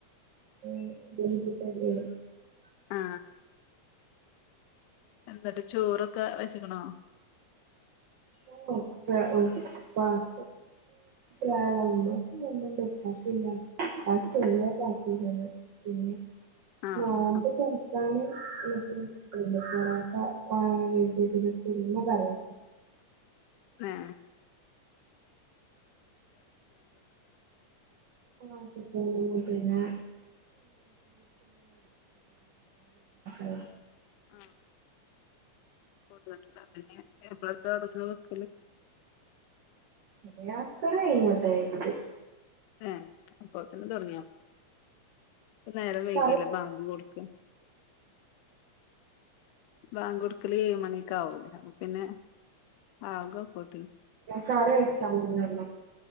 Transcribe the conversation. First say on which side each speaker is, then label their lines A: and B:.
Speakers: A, on the right (about 80°); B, on the left (about 85°).
A: <inaudible>
B: ആ എന്തട്ട ചോറൊക്കെ വെച്ച്ക്കുണോ
A: ഓ <unintelligible> പിന്നെ <unintelligible> പിന്നെ
B: ആഹ്
A: നോമ്പ് തൊറക്കാന് <unintelligible> പൊറാട്ട <unintelligible> കറി
B: ഹേ
A: <unintelligible> പിന്നെ <inaudible>
B: ആ കൊടന്ന് <unintelligible> പിന്നെ എപ്പളാ തൊടങ്ങ വെ ക്കല്
A: ഒര് അസർ കഴിഞ്ഞോട്ടേ ഇങ്ങട്ട്
B: ഹേ അപ്പൊത്തിന് തുട പ്പൊ നേരം വൈകി
A: കറി
B: അല്ലേ ബാങ്ക് കൊടുക്ക
A: <unintelligible>
B: ബാങ്ക് കൊട്ക്കല് ഏഴ മണിക്കാവൂലേ അപ്പൊ പിന്നെ ആകും അപ്പത്തിന്
A: കറി വെക്കാനള്ളൂ